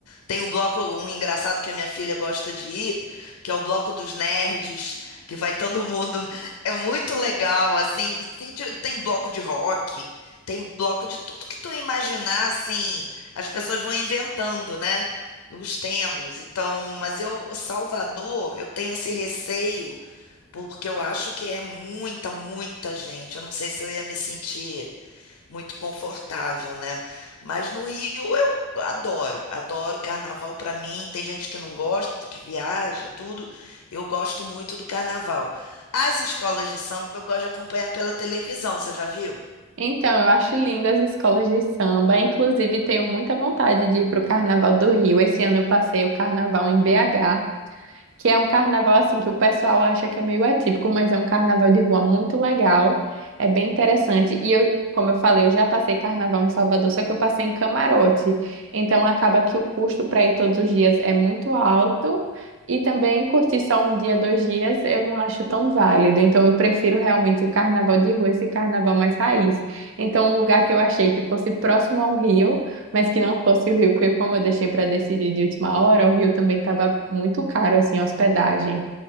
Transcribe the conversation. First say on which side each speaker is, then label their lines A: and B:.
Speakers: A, on the left (about 75°); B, on the right (about 55°).
A: Tem o bloco, um engraçado que a minha filha gosta de ir, que é o bloco dos nerds, que vai todo mundo. É muito legal, assim. Tem, de- tem bloco de rock, tem bloco de tudo que tu imaginar, assim. As pessoas vão inventando, né? Os temas. Então, mas eu, Salvador, eu tenho esse receio, porque eu acho que é muita, muita gente. Eu não sei se eu ia me sentir muito confortável, né? Mas no Rio eu adoro, adoro carnaval para mim. Tem gente que não gosta, que viaja e tudo. Eu gosto muito do carnaval. As escolas de samba eu gosto de acompanhar pela televisão, você já viu?
B: Então, eu acho lindo as escolas de samba. Inclusive, tenho muita vontade de ir para o Carnaval do Rio. Esse ano eu passei o Carnaval em BH. que é um carnaval assim que o pessoal acha que é meio atípico, mas é um carnaval de rua muito legal, é bem interessante. E eu, como eu falei, eu já passei carnaval em Salvador, só que eu passei em camarote. Então acaba que o custo para ir todos os dias é muito alto. E também curtir só um dia, dois dias, eu não acho tão válido. Então, eu prefiro realmente o carnaval de rua, esse carnaval mais raiz. Então, um lugar que eu achei que fosse próximo ao Rio, mas que não fosse o Rio, porque como eu deixei para decidir de última hora, o Rio também estava muito caro, assim, a hospedagem.